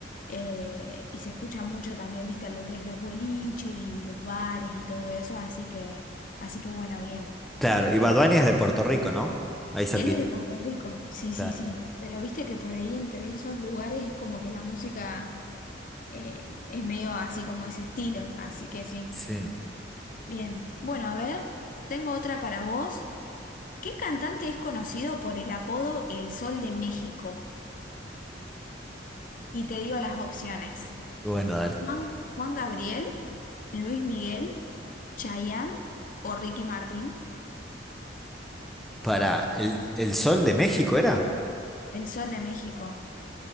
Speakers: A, on the left; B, in the centre.
A: Eh, y se escucha mucho también, viste, lo que es los boliches y los bares y todo eso, así que, así que bueno, bien,
B: Claro,
A: bien,
B: y
A: bien.
B: Bad Bunny es de Puerto Rico, ¿no? Ahí cerquita.
A: Él es de Puerto Rico, sí,
B: Claro.
A: sí, sí, pero viste que por ahí entre esos lugares es como que la música eh, es medio así como ese estilo, así que sí.
B: Sí.
A: Bien, bueno, a ver, tengo otra para vos. ¿Qué cantante es conocido por el apodo El Sol de México? Y te digo las opciones.
B: Bueno, dale.
A: Juan, Juan Gabriel, Luis Miguel, Chayanne o Ricky Martin.
B: Para el, el Sol de México era.
A: El Sol de México.